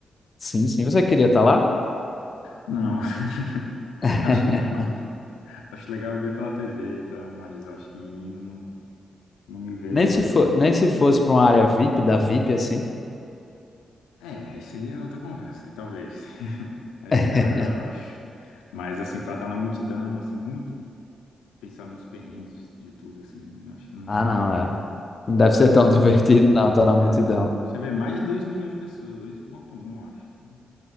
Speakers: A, on the left; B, on the left.
A: Sim, sim. Você queria estar lá?
B: Não, <laughs>
A: <laughs>
B: acho que não. Acho legal ver pela TV e tal, mas acho que indo não, não me vejo
A: Nem se
B: ali.
A: for, nem se fosse para uma área VIP, da VIP, assim.
B: É, aí seria outra conversa, aí talvez. <laughs> Aí
A: <laughs>
B: seria legal, eu acho. Mas, assim, pra estar na multidão, assim, muito pensar nos perrengues de, de tudo, assim, eu acho que não.
A: Ah, não, é. Não deve ser
B: É
A: tão
B: muita.
A: <laughs> divertido, não, tá na multidão.
B: É, não. acho- acho Você vê mais de 2 milhões de pessoas, dois ponto um, eu acho. Então,